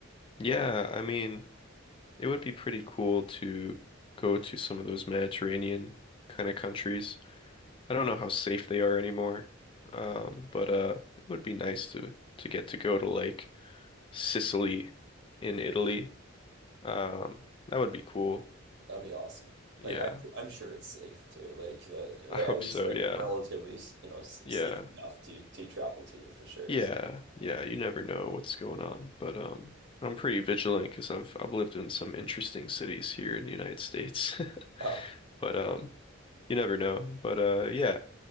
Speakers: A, on the left; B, on the right.
A: Yeah, I mean, it would be pretty cool to go to some of those Mediterranean kind of countries I don't know how safe they are anymore. Um, but uh it would be nice to to get to go to like Sicily in Italy. Um, that would be cool.
B: That'd be awesome.
A: Yeah.
B: Like I'm I'm sure it's safe too. Like the like
A: I hope
B: at least
A: so.
B: like
A: Yeah.
B: relatively, you know, s-
A: Yeah.
B: safe enough to to travel to for sure.
A: Yeah.
B: So,
A: Yeah, you never know what's going on, but um I'm pretty vigilant because i 'cause I've I've lived in some interesting cities here in the United States. <laughs>
B: <laughs> oh.
A: But um you never know. But uh yeah,